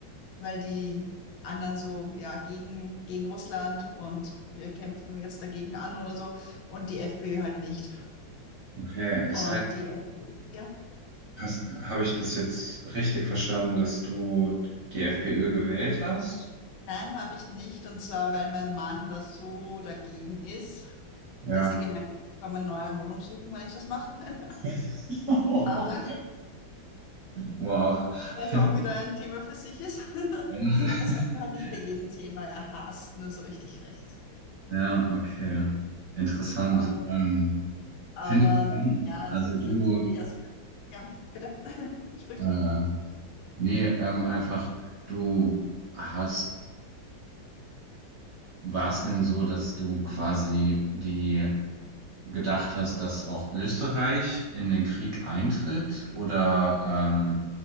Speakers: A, on the left; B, on the right.
A: Weil die anderen so, ja, gegen, gegen Russland und wir kämpfen jetzt dagegen an oder so. Und die FPÖ halt nicht.
B: okay. Das
A: Und
B: heißt,
A: die FPÖ, ja.
B: hast, habe ich das jetzt richtig verstanden, dass du die FPÖ gewählt hast?
A: Nein, habe ich nicht. Und zwar, weil mein Mann da so dagegen ist,
B: Ja.
A: dass er gemeint hat, ich kann mir eine neue Wohnung suchen, wenn ich das mache. <laughs>
B: <laughs>
A: Aber
B: Wow.
A: was
B: <laughs>
A: auch wieder ein Thema für sich ist. <laughs>
B: Ja, <laughs>
A: Er sagt halt nicht bei jedem Thema, er hasst nur so richtig rechts.
B: Ja, okay. Interessant.
A: Ähm,
B: Ähm,
A: Aber
B: finde ich spannend.
A: ja, also
B: Also
A: das
B: du,
A: ist die Eska- ja, Bitte, <laughs> sprich
B: äh,
A: du.
B: nee, ähm, einfach, du hast, war es denn so, dass du quasi die gedacht hast, dass auch Österreich in den Krieg eintritt? Oder ähm,